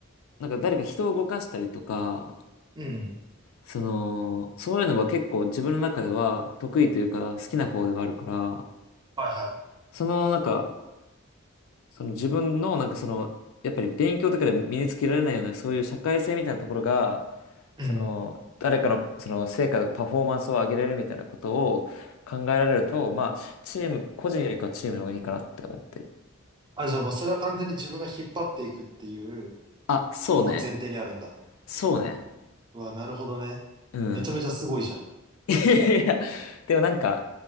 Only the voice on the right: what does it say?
うんうん。
はいはい。
うん。
あ、じゃあもうそれは完全に自分が引っ張っていくっていう
のも前提にあるんだ。
うわ、なるほどね。
めちゃめちゃすごいじゃん。